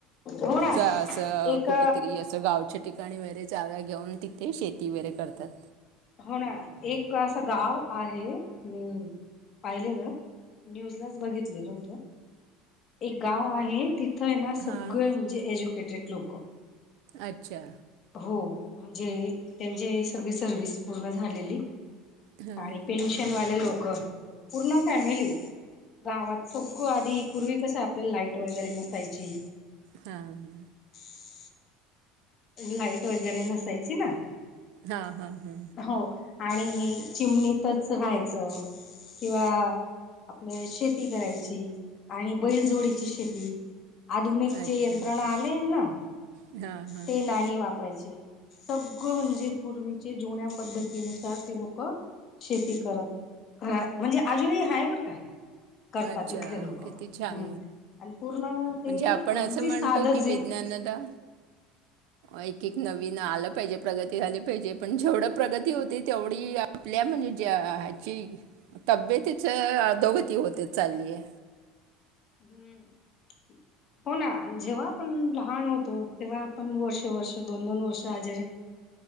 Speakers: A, on the left (about 30°); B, on the right (about 65°).
A: हो ना
B: असं
A: एक
B: कुठेतरी असं गावचे ठिकाणी वगैरे जागा घेऊन तिथे शेती वगैरे करतात.
A: हो ना एक असं गाव आहे मी पाहिलेलं न्यूजलाच बघितलेलं होत एक गाव आहे तिथ तिथं ना सगळे
B: हां,
A: म्हणजे एज्युकेटेड लोकं
B: अच्छा
A: हो म्हणजे त्यांचे सगळी सर्विस पूर्ण झालेली.
B: हां,
A: आणि पेन्शन वाले लोकं पूर्ण फॅमिली गावात सगळं आधी पूर्वी कसं आपल्याला लाईट वगैरे नसायची.
B: हा ह
A: ह लाईट वगैरे नसायची ना
B: हा हा हा
A: हो आणि चिमणीतच राहायचं किंवा आपल्या शेती करायची आणि बैल जोडीची शेती आधुनिक
B: अच्छा.
A: जे यंत्रणा आले ना
B: हां, हां.
A: ते नाही वापर पाहिजे. सगळं म्हणजे पूर्वीचे जुन्या पद्धतीनुसार ते लोकं शेती करत खरा म्हणजे अजूनही हाय बरं का? करतात
B: अच्छा,
A: तिथले लोकं
B: किती छान!
A: हम् पूर्ण ते
B: म्हणजे आपण
A: अगदी
B: असं म्हणतो,
A: साधेच
B: की विज्ञानाला
A: हाय
B: एक एक नवीन आलं पाहिजे प्रगती झाली पाहिजे. पण जेवढं प्रगती होते तेवढी आपल्या म्हणजे ज्या ह्याची तब्येतीच अधोगती होतच चाललीय.
A: हम्म हो ना जेव्हा आपण लहान होतो तेव्हा आपण वर्ष वर्ष दोन दोन वर्ष आज